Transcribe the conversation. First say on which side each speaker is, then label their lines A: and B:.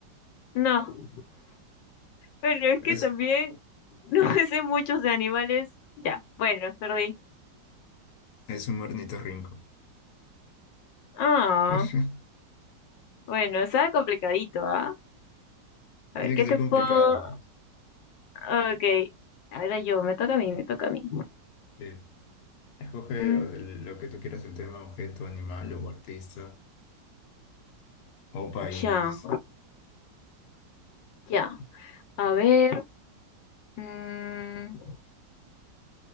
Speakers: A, on the left (about 80°); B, on the left (about 70°).
A: No. Bueno, es
B: Es,
A: que también no <laughs> sé muchos de animales. Ya, bueno, perdí.
B: es un ornitorrinco.
A: Ah,
B: <laughs>
A: bueno, estaba complicadito, ¿ah? A ver,
B: Tiene
A: ¿qué
B: que ser
A: te
B: complicado,
A: puedo...?
B: pues.
A: Ok, ahora yo, me toca a mí, me toca a mí.
B: Sí. Escoge
A: Mm,
B: o sea, lo que tú quieras, el tema, objeto, animal o artista o país.
A: ya, ya. A ver, mm,